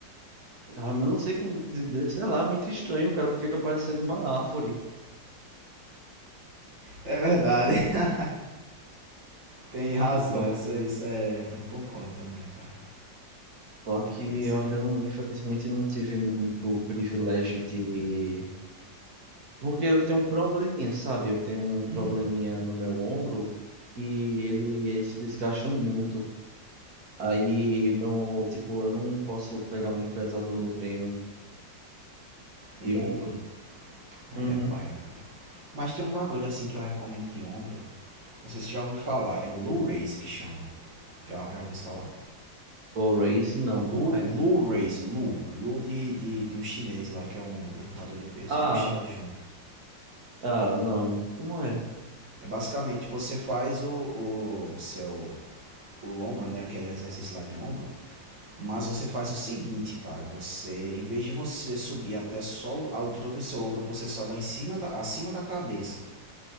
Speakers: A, on the right; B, on the right.
A: Ah, mas não sei como dizer, sei lá, é muito estranho. O cara fica parecendo uma árvore.
B: É verdade, <laughs> tem razão,
A: Aí pronto.
B: essa, isso é, eu concordo também, cara.
A: Só que
B: É isso
A: eu
B: aí.
A: ainda não, infelizmente, não tive muito privilégio de. Porque eu tenho um probleminha, sabe? Eu tenho um probleminha
B: Hum,
A: no meu ombro que ele se desgasta muito. Aí, meu, tipo, eu não posso pegar muito pesado no treino
B: e
A: de ombro.
B: aí
A: Uhum.
B: é paia, cara. Mas tem um bagulho assim que eu recomendo de ombro. Não sei se você já ouviu falar, é o low raise que chama. Já, já ouviu falar?
A: Blu-rays, não,
B: Low,
A: como é?
B: low raise, low. Low de, de, de um chinês lá que é um levantador de peso,
A: Ah,
B: low Xiaojun.
A: ah, não, como é?
B: É basicamente você faz o, o seu o ombro, né, aquele exercício lá de ombro, mas você faz o seguinte, cara, você em vez de você subir até só a altura do seu ombro, você sobe em cima da, acima da cabeça.